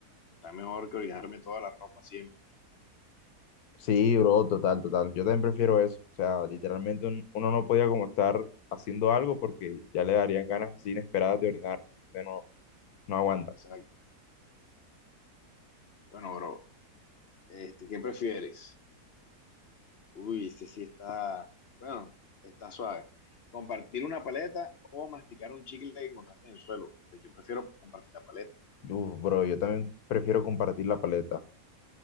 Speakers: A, on the left (about 55°); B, on the left (about 75°).
A: está mejor que orinarme toda la ropa siempre.
B: Sí, bro, total, total. Yo también prefiero eso. O sea, literalmente un- uno no podía como estar haciendo algo porque ya le darían ganas así inesperadas de orinar. Entonces no, no aguanta.
A: Exacto. Bueno, bro, este, ¿qué prefieres? Uy, este sí está, bueno, está suave. ¿Compartir una paleta o masticar un chicle que encontraste en el suelo? Pues yo prefiero compartir la paleta.
B: Uf, bro, yo también prefiero compartir la paleta. O